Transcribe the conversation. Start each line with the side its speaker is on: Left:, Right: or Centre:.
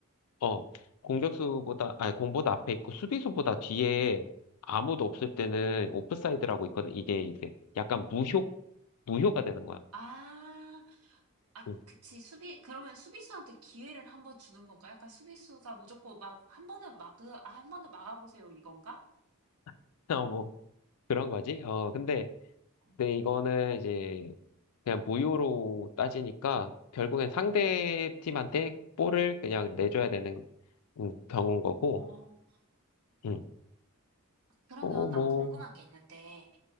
Left: 어, 공격수보다, 아니, 공보다 앞에 있고 수비수보다 뒤에 아무도 없을 때는 오프사이드라고 있거든. 이게 이제 약간 무효, 무효가 되는 거야.
Right: 아. 아
Left: 음.
Right: 그치. 수비 그러면 수비수한테 기회를 한번 주는 건가? 약간 수비수가 무조건 막 한 번은 막 '아 한 번은 막아 보세요.' 이건가?
Left: <laughs> 어, 뭐, 그런 거지. 어, 근데,
Right: 음.
Left: 근데 이거는 이제 그냥 무효로 따지니까 결국엔 상대 팀한테 볼을 그냥 내줘야 되는 음, 경우인 거고,
Right: 어.
Left: 음.
Right: 그러면
Left: 어, 뭐,
Right: 나 궁금한 게 있는데